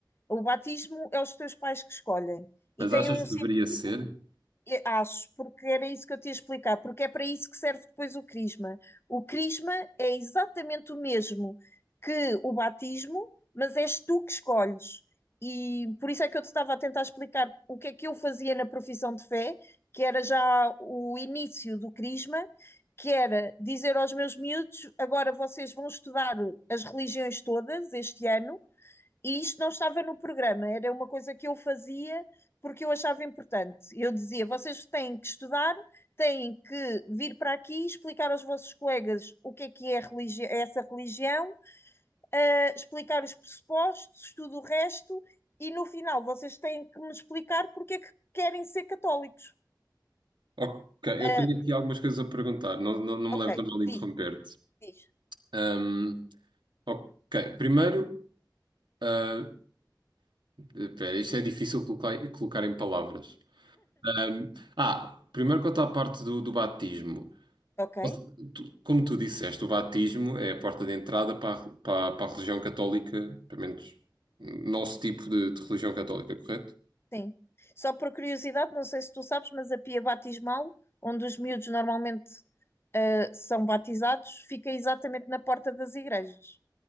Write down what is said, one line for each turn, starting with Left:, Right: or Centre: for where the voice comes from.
Left: O batismo é os teus pais que escolhem.
Right: Mas
Left: E tem
Right: achas
Left: um
Right: que
Left: sentido
Right: deveria ser?
Left: e- Acho, porque era isso que eu te ia explicar, porque é para isso que serve depois o crisma. O crisma é exatamente o mesmo que o batismo, mas és tu que escolhes. E por isso é que eu te estava a tentar explicar o que é que eu fazia na profissão de fé, que era já o início do crisma, que era dizer aos meus miúdos: agora vocês vão estudar as religiões todas este ano e isto não estava no programa, era uma coisa que eu fazia porque eu achava importante. Eu dizia: vocês têm que estudar, têm que vir para aqui explicar aos vossos colegas o que é que é religi é essa religião, uh, explicar os pressupostos, tudo o resto, e no final vocês têm que me explicar porque é que querem ser católicos.
Right: Ok, eu
Left: Uh,
Right: tenho aqui algumas coisas a perguntar. Não, não, não me
Left: ok,
Right: leves a mal de
Left: diz,
Right: interromper-te.
Left: diz.
Right: Hum, ok, primeiro, ah, espera, isto é difícil colocar, colocar em palavras. Ahm, ah, primeiro quanto à parte do, do batismo.
Left: Ok,
Right: Ou se- tu- Como tu disseste, o batismo é a porta de entrada para, a- para, a para a religião católica, pelo menos nosso tipo de, de religião católica, correto?
Left: sim. Só por curiosidade, não sei se tu sabes, mas a pia batismal, onde os miúdos normalmente são batizados, fica exatamente na porta das igrejas.